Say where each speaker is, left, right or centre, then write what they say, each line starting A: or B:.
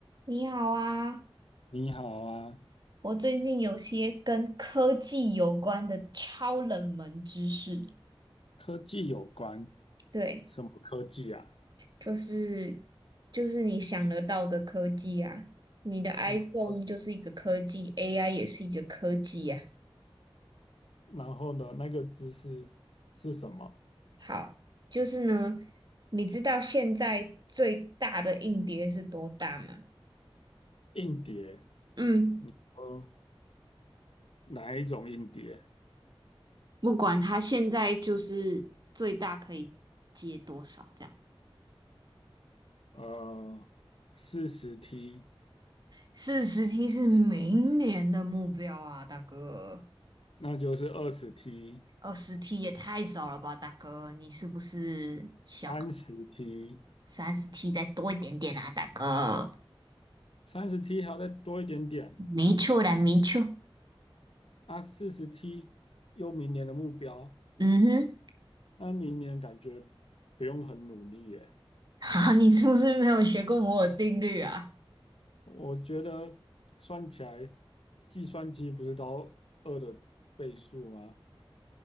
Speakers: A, on the right (about 45°); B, on the left (about 75°).
A: 你好啊，
B: 你好啊，
A: 我最近有些跟科技有关的超冷门知识。
B: 科技有关，
A: 对，
B: 什么科技啊？
A: 就是就是你想得到的科技啊，你的 iPhone
B: 什么科？
A: 就是一个科技，AI 也是一个科技啊。
B: 然后呢，那个知识是什么？
A: 好，就是呢，你知道现在最大的硬碟是多大吗？
B: 硬碟，
A: 嗯，
B: 呃，哪一种硬碟？
A: 不管它现在就是最大可以接多少这样。
B: 呃，四十 T，
A: 四十 T 是明年的目标啊，大哥。
B: 那就是二十 T，
A: 二十 T 也太少了吧，大哥，你是不是小？
B: 三十 T，
A: 三十 T 再多一点点啊，大哥。
B: 三十 T 还要再多一点点
A: 没错的，没错。
B: 啊，四十 T 又明年的目标，
A: 嗯哼，
B: 那明年感觉不用很努力耶。
A: 好，你是不是没有学过摩尔定律啊？
B: 我觉得算起来，计算机不是到二的倍数吗？